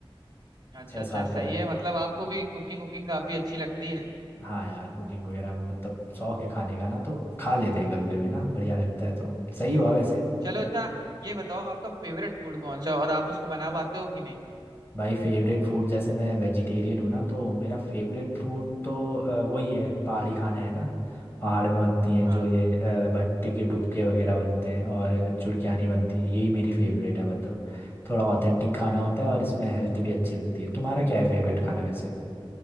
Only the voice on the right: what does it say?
अच्छा
अच्छा
सही
है
मतलब आपको भी कुकिंग वुकिंग काफी अच्छी लगती है
हाँ चलो अच्छा ये बताओ आपका फेवरेट फूड कौन सा है और आप उसको बना पाते हो कि नहीं
हाँ